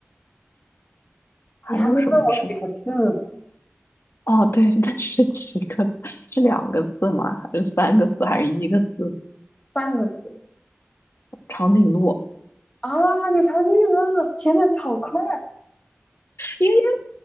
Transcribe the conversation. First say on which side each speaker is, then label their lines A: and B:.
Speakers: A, on the left (about 65°); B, on the left (about 30°).
A: 还有什么吃？
B: 你还没问我几个字呢，
A: 哦，对，<laughs> 那是几个字？是两个字吗？还是三个字？还是一个字？
B: 三个字
A: 长颈鹿。
B: 啊！你猜对了，天呐，你好快！
A: 因为